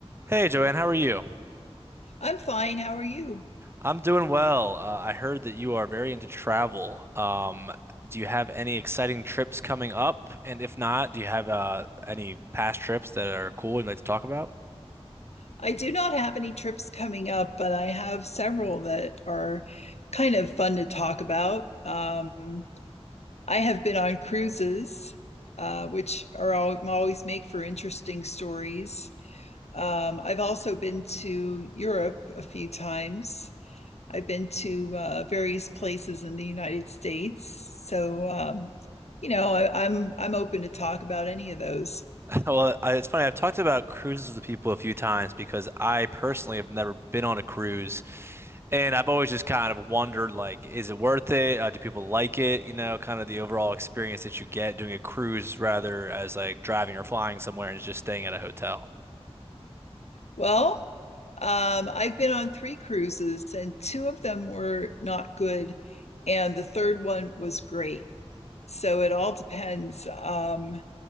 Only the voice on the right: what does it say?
Hey Joanne, how are you?
I'm doing well. Uh, I heard that you are very into travel. Um, do you have any exciting trips coming up? And if not, do you have uh, any past trips that are cool you'd like to talk about?
<laughs> Well, I, it's funny. I've talked about cruises with people a few times because I personally have never been on a cruise, and I've always just kind of wondered, like, is it worth it? Uh, do people like it? You know, kind of the overall experience that you get doing a cruise rather as like driving or flying somewhere and just staying at a hotel.